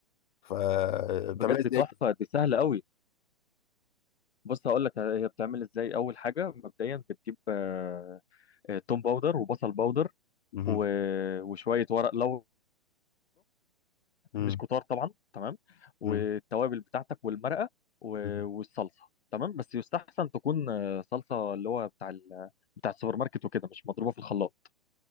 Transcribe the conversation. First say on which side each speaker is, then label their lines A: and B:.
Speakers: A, on the left (about 50°); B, on the left (about 80°).
A: ف آه، بتعملها
B: بجد
A: ازاي
B: تحفه دي سهله قوي بص هقول لك هي بتعمل ازاي اول حاجه مبدئيا بتجيب آه، آه، توم باودر وبصل باودر
A: مهم.
B: و- وشويه ورق لورا
A: مم.
B: مش كتار طبعا تمام والتوابل
A: مم.
B: بتاعتك والمرقه و-
A: مم.
B: والصلصه تمام بس يستحسن تكون آه، صلصه اللي هو بتاع ال... بتاع السوبر ماركت وكده مش مضروبه في الخلاط